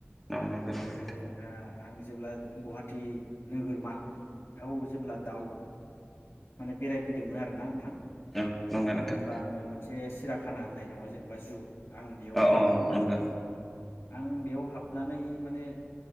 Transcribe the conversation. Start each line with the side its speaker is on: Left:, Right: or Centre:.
Centre: औ नंगौ नंगौ
Left: आरो
Centre: नोंथां
Left: जोंहा आं जेब्ला गुवाहाटि नोगोरमा दाउ जेब्ला दाउ माने बेरायफैदोंमोन आरोना नोंथां होनबा
Centre: औ नंगौ नोंथां
Left: आङो मोनसे चिराख खाना होननाय दङ जेनेबा जु आं बेयाव
Centre: अ
Left: हाबदोंमोन
Centre: अ नंगौ
Left: आरो आं बेयाव हाबनानै माने